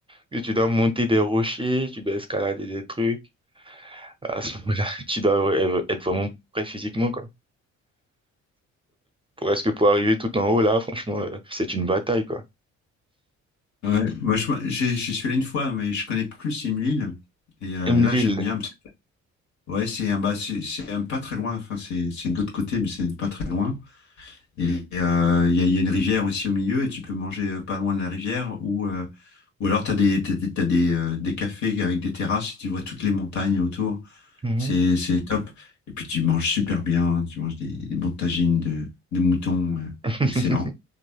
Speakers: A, on the right; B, on the left.
A: Puis Tu dois monter des rochers, tu dois escalader des trucs. À ce moment-là, <laughs> tu dois euh, être vraiment prêt physiquement, quoi. Pour- Parce que pour arriver tout en haut, là, franchement, euh, c'est une bataille, quoi.
B: Ouais, moi, je, j'ai- j'y suis allé une fois, mais je connais plus Imlil. Et euh,
A: Aime
B: là,
A: l'île.
B: j'aime bien. parce que- ouais, c'est un, bah, c'est c'est un pas très loin. Enfin, c'est c'est de l'autre côté, mais c'est pas très loin. Et euh, il y a, il y a une rivière aussi au milieu et tu peux manger euh, pas loin de la rivière ou euh, ou alors t'as des t'as, des t'as des, euh, des cafés avec des terrasses et tu vois toutes les montagnes autour.
A: Mhm.
B: C'est c'est top. Et puis tu manges super bien. hein. Tu manges des, des bons tagines de de mouton. euh,
A: <laughs>
B: excellent.